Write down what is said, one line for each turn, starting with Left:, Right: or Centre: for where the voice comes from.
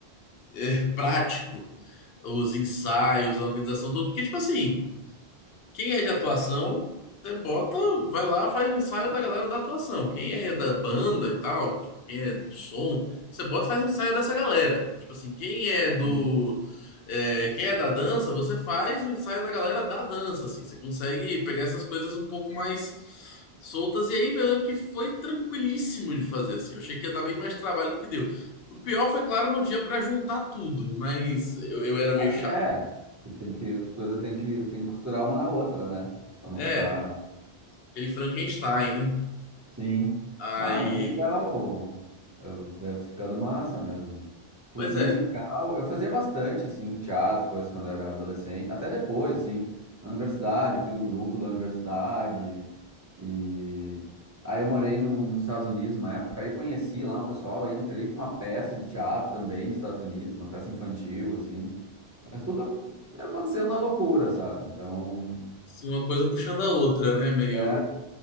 Left: é, prático os ensaios, a organização, tudo. Porque, tipo assim. Quem é de atuação, você bota, vai lá, faz o ensaio da galera da atuação. Quem é da banda e tal, tipo, quem é do som, você bota, faz o ensaio dessa galera. Tipo assim, quem é do.
Right: Sim.
Left: é, quem é da dança, você faz o ensaio da galera da dança, assim. Você consegue pegar essas coisas um pouco mais soltas. E aí, eu lembro que foi tranquilíssimo de fazer, assim. Eu achei que ia dar bem mais trabalho do que deu. O pior foi, claro, no dia pra juntar tudo, mas eu, eu era meio
Right: Assim,
Left: chato.
Right: é, que tem que, as coisas tem que, tem que costurar uma na outra, né? Pra não
Left: É,
Right: ficar
Left: aquele Frankenstein, né?
Right: Sim.
Left: Aí,
Right: Ah, mas legal. Eu- Deve ter ficado massa mesmo. Pu-
Left: pois
Right: Musical,
Left: é,
Right: eu fazia bastante, assim, teatro, coisas quando era adolescente. Até depois, assim, na universidade, eu fui do grupo da universidade. E aí eu morei no- nos Estados Unidos uma época, aí conheci lá um pessoal, aí entrei pra uma peça de teatro também nos Estados Unidos, uma peça infantil, assim. Mas tudo aconteceu na loucura, sabe? Então,
Left: assim, uma coisa puxando a outra, né? Meio.
Right: é.